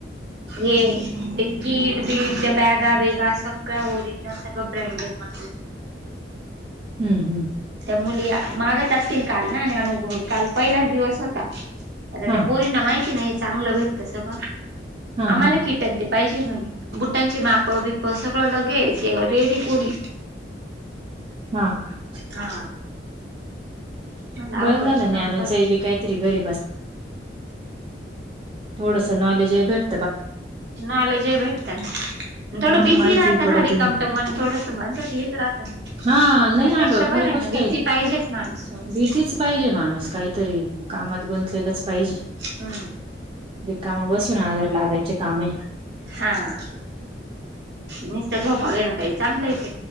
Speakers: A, on the right; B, on the right.
A: ये ते कीट बीट, त्या बॅगा बीगा, सगळ वोरिजनल त्या सगळ ब्रँडेड म.
B: हू हू.
A: त्या मुली मागत असतील काल ना आणि अनु काल पहिलाच दिवस होता. आता त्या
B: हा
A: पोरींना माहिती नाही, चांगलं भेटत सगळं
B: हां,
A: आम्हाला
B: हां,
A: कि बुट ते पाहिजे म्हणे बुटांचे माप, बिप सगळं लगेच रेडी पोरी
B: हा का?
A: हा. म
B: बरं
A: अवघडच
B: झालं ज्ञानूचंही
A: काम पाजे
B: बी काहीतरी घरी थोडंस नॉलेज आहे भेट
A: नाले जय भेटतात. थोडं
B: मग
A: बिझी
B: माहिती
A: राहतं
B: पडते.
A: ना, रिकामट मन थोडस <unintelligible> राहत ना
B: हां, नाही अगं
A: <unintelligible>
B: खरी
A: बर आहे
B: गोष्ट
A: ना, बिझी पाहिजेच माणूस. थोडस.
B: बिझीच पाहिजे माणूस, काहीतरी कामात गुंतलेलाच पाहिजे.
A: हू.
B: रिकाम बसून आजार लागायचे काम ये.
A: हा हा. नुसत झोपा घेण्या ना काही चांगलं हाय ते,